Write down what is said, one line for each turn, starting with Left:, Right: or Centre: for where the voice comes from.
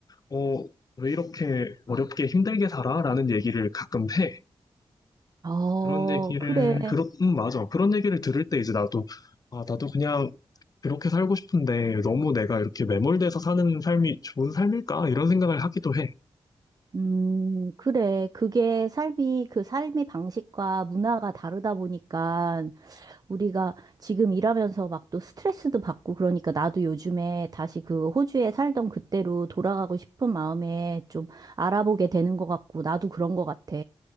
Left: 어, 왜 이렇게 어렵게 힘들게 살아? 라는 얘기를 가끔 해.
Right: 어,
Left: 그런 얘기를,
Right: 그래.
Left: 그렇, 음, 맞아. 그런 얘기를 들을 때 이제 나도, 아, 나도 그냥 그렇게 살고 싶은데 너무 내가 이렇게 매몰돼서 사는 삶이 좋은 삶일까? 이런 생각을 하기도 해.
Right: 음, 그래. 그게 삶이, 그 삶의 방식과 문화가 다르다 보니까 우리가 지금 일하면서 막 또 스트레스도 받고 그러니까 나도 요즘에 다시 그 호주에 살던 그때로 돌아가고 싶은 마음에 좀 알아보게 되는 것 같고 나도 그런 것 같아.